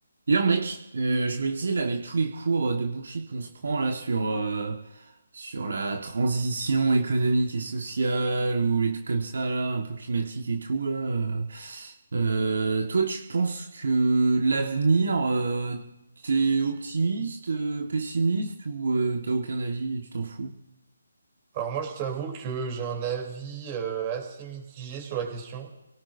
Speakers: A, on the right; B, on the right.
A: D'ailleurs, mec, euh, je me disais là avec tous les cours de bullshit qu'on se prend là sur euh, sur la transition économique et sociale ou les trucs comme ça là, un peu climatique et tout là. euh, euh, toi, tu penses que l'avenir, euh, t'es optimiste, euh, pessimiste ou euh, t'as aucun avis et tu t'en fous?
B: Alors moi, je t'avoue que j'ai un avis euh, assez mitigé sur la question,